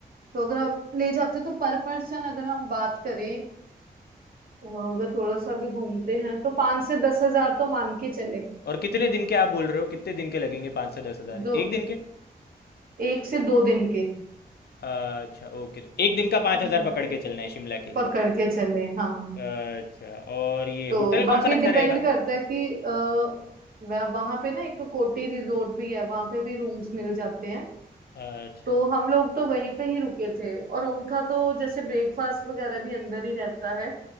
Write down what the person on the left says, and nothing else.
और कितने दिन के आप बोल रहे हो कितने दिन के लगेंगे पाँच से दस हज़ार
एक दिन के
अच्छा ओके तो एक दिन का पाँच
हज़ार पकड़ के चलना है शिमला के लिए
अच्छा और ये
होटल कौन
सा अच्छा
रहेगा
अच्छा